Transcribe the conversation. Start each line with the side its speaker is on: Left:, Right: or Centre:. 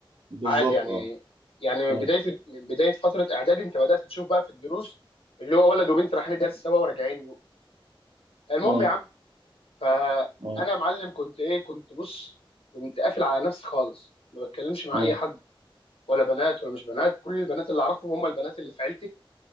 Right: بالظبط
Left: عادي يعني
Right: اه
Left: يعني من
Right: مم.
Left: بدايه من بدايه فتره اعدادي انت بدات تشوف بقى في الدروس اللي هو ولد وبنت رايحين درس سوا وراجعين المهم
Right: مم.
Left: يا عم فانا
Right: مم.
Left: يا معلم كنت ايه كنت بص كنت قافل على نفسي خالص ما بتكلمش مع
Right: مم.
Left: اي حد ولا بنات ولا مش بنات كل البنات اللي اعرفهم هم البنات اللي في عيلتي